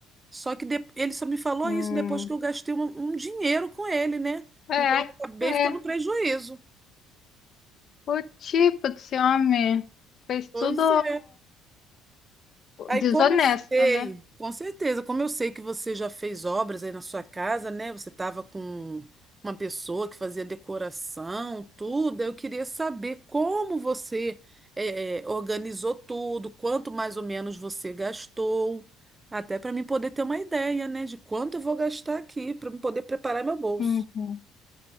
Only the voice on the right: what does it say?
Só que de- ele só me falou
isso depois que eu gastei um, um dinheiro com ele, né?
Então eu acabei
ficando no prejuízo.
Pois é. Aí
como eu sei,
com certeza, como eu sei que você já fez obras aí na sua casa, né? Você estava com uma pessoa que fazia decoração, tudo. Eu queria saber como você eh, eh, organizou tudo, quanto mais ou menos você gastou, até para mim poder ter uma ideia, né? De quanto eu vou gastar aqui, para eu poder preparar meu bolso.